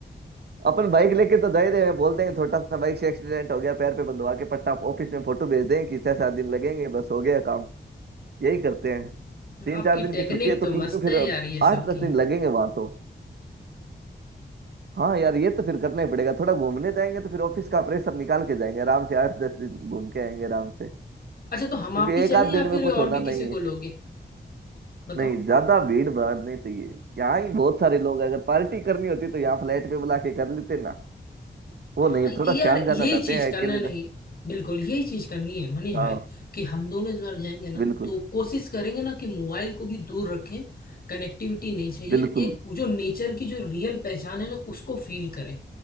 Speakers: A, on the right; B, on the left.
A: अपन बाइक लेके तो जाए रहे हैं बोलते हैं छोटा सा बाइक से एक्सीडेंट हो गया पैर पे बंधवा के पट्टा ऑफिस में फोटो भेज दें कि छह सात दिन लगेंगे बस हो गया काम यही करते हैं
B: <laughs>
A: तीन
B: आपकी
A: चार दिन
B: टेक्निक
A: की छुट्टी है तो
B: तो
A: क्योंकि
B: मस्त है
A: फिर
B: यार ये
A: आठ
B: सब
A: दस
B: की
A: दिन लगेंगे वहां तो हाँ यार ये तो फिर करना ही पड़ेगा थोड़ा घूमने जाएंगे तो फिर ऑफिस का प्रेशर निकाल के जाएंगे आराम से आठ दस दिन घूम के आएंगे आराम से
B: अच्छा तो हम
A: क्योंकि
B: आप ही चलें
A: एक आध
B: या
A: दिन
B: फिर
A: में कुछ
B: और
A: होना
B: भी किसी
A: नहीं है
B: को लोगे बताओ
A: नहीं ज्यादा भीड़ भाड़ नहीं चाहिए यहाँ ही बहुत सारे लोग हैं। अगर पार्टी करनी होती तो यहाँ फ्लैट पे बुला के कर लेते ना वो
B: आ,
A: नहीं थोड़ा
B: यार
A: शांत जाना
B: यही
A: चाहते
B: चीज
A: हैं
B: करना
A: अकेले
B: नहीं
A: जा-
B: बिल्कुल यही चीज करनी है मनीष
A: हाँ
B: भाई कि हम दोनों इस बार जाएंगे ना
A: बिल्कुल
B: तो कोशिश करेंगे ना कि मोबाइल को भी दूर रखें कनेक्टिविटी नहीं चाहिए
A: बिल्कुल
B: एक जो नेचर की जो रियल पहचान है ना उसको फील करें